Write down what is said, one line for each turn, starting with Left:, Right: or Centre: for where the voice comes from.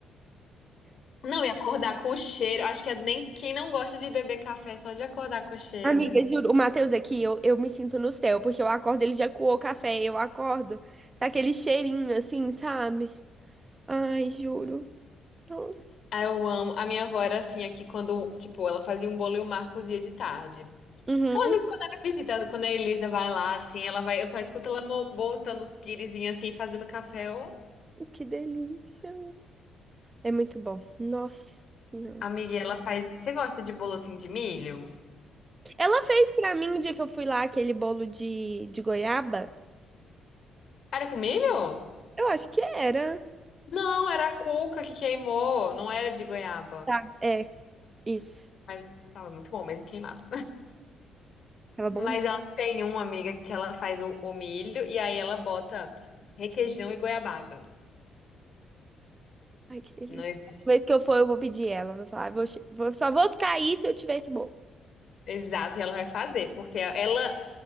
Left: não, e acordar com o cheiro. Acho que é nem quem não gosta de beber café é só de acordar com o cheiro.
Right: Amiga, juro, o Matheus aqui, eu, eu me sinto no céu, porque eu acordo, ele já coou o café, eu acordo, tá aquele cheirinho assim, sabe? Ai, juro. Nossa.
Left: Ah, eu amo. A minha avó era assim aqui quando, tipo, ela fazia um bolo e o Marcos ia de tarde.
Right: Uhum.
Left: Ou às vezes quando ela visita, quando a Elisa vai lá, assim, ela vai, eu só escuto ela mo- botando os piresinhos assim, fazendo café. Ô,
Right: Que delícia. É muito bom. Nossa Senhora.
Left: amiga, e ela faz. Você gosta de bolo assim de milho?
Right: Ela fez pra mim o dia que eu fui lá aquele bolo de, de goiaba.
Left: Era com milho?
Right: Eu acho que era.
Left: Não, era a cuca que queimou, não era de goiaba.
Right: Tá, é, isso.
Left: Mas tava muito bom mesmo queimado. <laughs>
Right: Tava bom?
Left: Mas ela tem uma amiga que ela faz o, o milho e aí ela bota requeijão e goiabada.
Right: Ai, que delícia.
Left: Não existe.
Right: Toda vez que eu for, eu vou pedir ela. Vou falar, "Ah, vou, che- vou- só vou ficar aí se eu tiver esse bolo.
Left: Exato, e ela vai fazer, porque ela